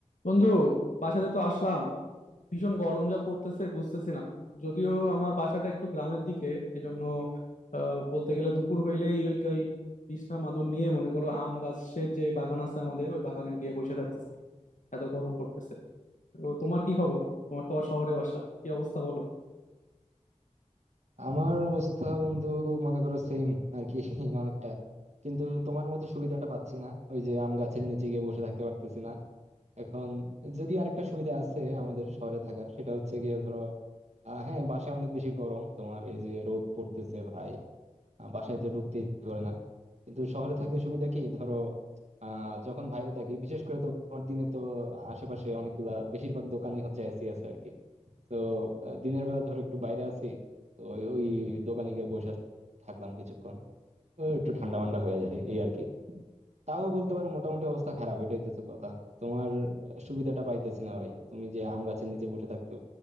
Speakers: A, on the left; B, on the right.
A: বন্ধু বাসাতে তো আসলাম ভীষণ গরম যা পড়তেছে বুঝতেছি না যদিও আমার বাসাটা একটু গ্রামের দিকে এজন্য আহ, বলতে গেলে দুপুর হইলেই ওই ওই বিছনা মাদুর নিয়ে মনে করো আম গাছের যে বাগান আছে আমাদের ওই বাগানে গিয়ে বসে থাকতেছি এত গরম পড়তেছে তো তোমার কি খবর তোমার তো আবার শহরে বাসা কি অবস্থা বলো
B: আমার অবস্থা বন্ধু মনে করো সেম আর কি <laughs> অনেকটা কিন্তু তোমার মতো সুবিধাটা পাচ্ছি না ওই যে আম গাছের নিচে গিয়ে বসে থাকতে পারতেছি না এখন যদি আরেকটা সুবিধা আছে আমাদের শহরে থাকার সেটা হচ্ছে গিয়ে ধরো আহ, হ্যাঁ বাসায় অনেক বেশি গরম তোমার এই যে রোদ পড়তেছে ভাই আহ, বাসায় তো ঢুকতে ইচ্ছে করে না কিন্তু শহরে থাকলে সুবিধা কি ধরো আহ যখন বাইরে থাকি বিশেষ করে তোমার দিনে তো আশেপাশে অনেকগুলা বেশিরভাগ দোকানই হচ্ছে এসি আছে আর কি তো আহ, দিনের বেলা ধর একটু বাইরে আছি তো ওই ওই দোকানে গিয়ে বসে থাকলাম কিছুক্ষণ তো একটু ঠান্ডা ঠান্ডা হয়ে যায় এই আর কি তাও বলতে পারো মোটামুটি অবস্থা খারাপ এটা হইতেছে কথা তোমার আহ, সুবিধাটা পাইতেছি না ভাই তুমি যে আম গাছের নিচে বসে থাকতে